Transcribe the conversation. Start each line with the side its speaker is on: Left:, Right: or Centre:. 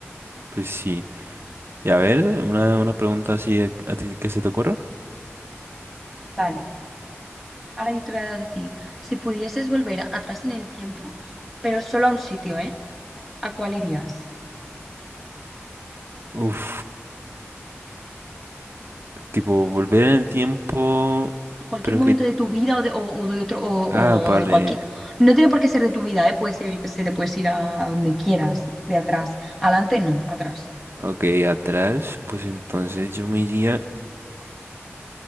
Right: Pues sí. Y a ver, una, una pregunta así a, a ti que se te ocurra.
Centre: Vale, ahora yo te voy a decir, si pudieses volver atrás en el tiempo, pero solo a un sitio, ¿eh? ¿A cuál irías?
Right: Uf, tipo, volver en el tiempo,
Centre: cualquier
Right: pero
Centre: momento
Right: que...
Centre: de tu vida o de, o, o de otro, o,
Right: Ah, vale.
Centre: o de cualquier. No tiene por qué ser de tu vida, ¿eh? Puede ser, yo qué sé, te puedes ir a donde quieras, de atrás. Adelante, no, atrás.
Right: Ok, atrás, pues entonces yo me iría...